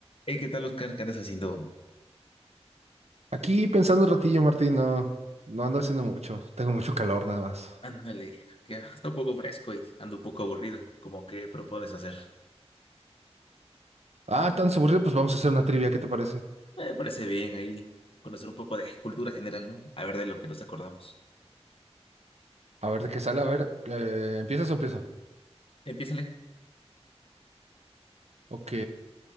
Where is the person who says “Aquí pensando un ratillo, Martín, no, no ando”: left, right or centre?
Right